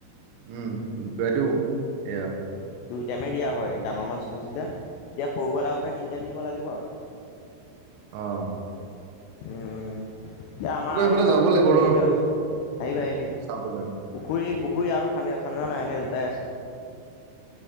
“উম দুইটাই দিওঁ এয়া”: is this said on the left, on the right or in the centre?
Right